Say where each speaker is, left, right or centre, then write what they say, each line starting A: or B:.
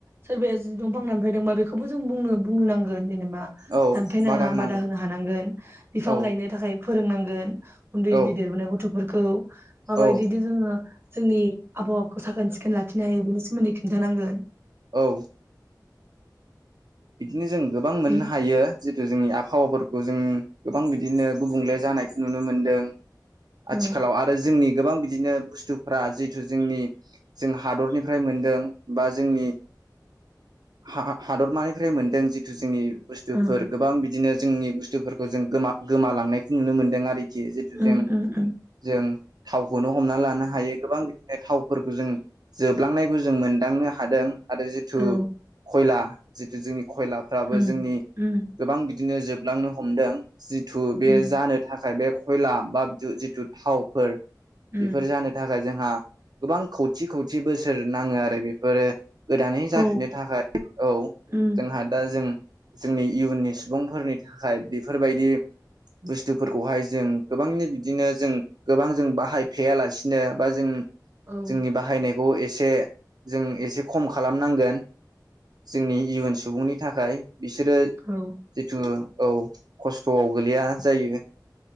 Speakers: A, on the right (about 30°); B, on the right (about 60°).
A: सोरबाया जि दंफां दानफायदोंबा बेखौबो जोंनो बुंनो बुंनो नांगो गोन जेनेब बा
B: औ
A: दानफायनाङा
B: होनांगोन
A: बादा होनो हानांगोन बिफां
B: औ
A: गायनो थाखाय। फोरोंनांगोन। उन्दै
B: औ
A: उन्दै देरबोनाय गथफोर खौ। माबायदिदि
B: औ
A: जोङो जोंनि आबहावाखौ साखोन सिखोन लाखिनो हायो बेनि सोमोन्दै खिन्थानांगोन।
B: औ। बिदिनो जों गोबां मोननो
A: बेनि
B: हायो। जितु जोंनि आबहावाफोरखौ जों गोबां बिदिनो गुबुंले जानायखौ नुनो मोनदों।
A: औ
B: आथिखालाव आरो जोंनि गोबां बिदिनो बुस्थुफ्रा जिहथु जोंनि जों हादरनिफ्राय मोनदों बा जोंनि हा आ हादरमानि फ्रि मोनदों जिथु जोंनि बुस्थुफोर
A: ओं
B: गोबां बिदिनो जोंनि बुस्थुफोरखौ जों गोमा गोमालांनायखौ नुनो मोनदों आरि। गियो जितु जों
A: उम उम उम
B: जों थावखौनो हमना लानो हायो गोबां बिदिनो थावफोरखौ जों जोबलांनायखौ जों मोनदांनो हादों। आरो जिथु
A: औ
B: खयला। जिथु जोंनि खयलाफ्राबो
A: उम
B: जोंनि
A: उम
B: गोबां बिदिनो जोब। लांनो हमदों जिथु बे
A: उम
B: जानो थाखाय बे खयला बा जिथु थावफोर
A: उम
B: बेफोर जानो थाखाय जों जोंहा गोबां खौथि खौथि बोसोर नाङो आरो बेफोरो गोदानै
A: औ
B: जाफिननो थाखाय औ।
A: उम
B: जोंहा दा जों। जोंनि इयुननि सुबुंफोरनि थाखाय बेफोरबायदि बुस्थुफोरखौहाय जों गोबांनि बिदिनो जों गोबां जों बाहायफ्लेायालासिनो बा जों
A: औ
B: जोंनि बाहायनाय ग एसे जों एसे खम खालामनांगोन जोंनि सुबुंनि थाखाय बिसोरो
A: औ
B: जिथु औ खस्थ'आव गोलैया जायो।